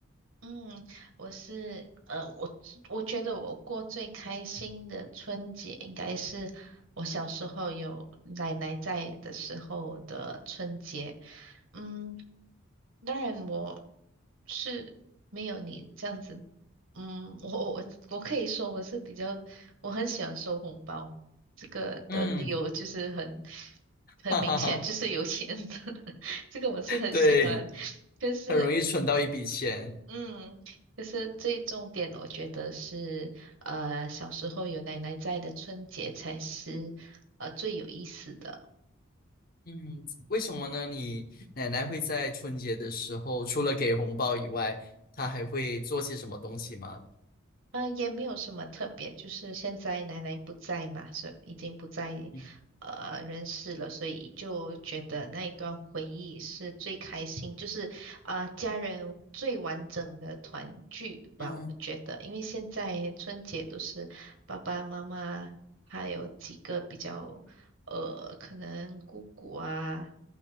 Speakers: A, on the right (about 70°); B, on the left (about 45°).
A: 嗯，我是呃，我我觉得我过最开心的春节应该是我小时候有奶奶在的时候的春节。嗯，当然我是没有你这样子，嗯，我我我可以说我是比较，我很喜欢收红包，这个的理由就是很
B: 嗯，
A: 很明显，
B: 哈哈哈，
A: 就是有钱的 <laughs> 这个我是很喜欢，
B: 对，
A: 就是。
B: 很容易存到一笔钱。
A: 嗯，就是最重点，我觉得是，呃，小时候有奶奶在的春节才是，呃，最有意思的。
B: 嗯，为什么呢？你奶奶会在春节的时候，除了给红包以外，她还会做些什么东西吗？
A: 呃，也没有什么特别，就是现在奶奶不在嘛，所以已经不在呃人世了，
B: 嗯
A: 所以就觉得那一段回忆是最开心，就是呃家人最完整的团聚吧，
B: 嗯
A: 我觉得，因为现在春节都是爸爸妈妈还有几个比较呃可能姑姑啊、